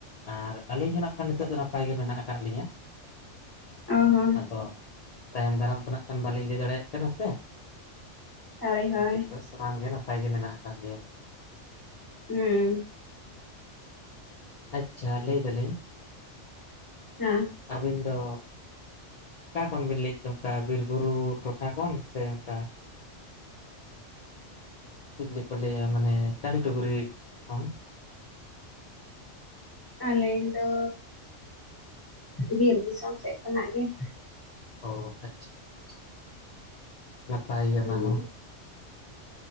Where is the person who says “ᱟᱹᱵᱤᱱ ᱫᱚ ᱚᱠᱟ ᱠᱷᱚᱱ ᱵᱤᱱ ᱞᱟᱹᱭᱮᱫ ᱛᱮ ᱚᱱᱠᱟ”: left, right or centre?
Left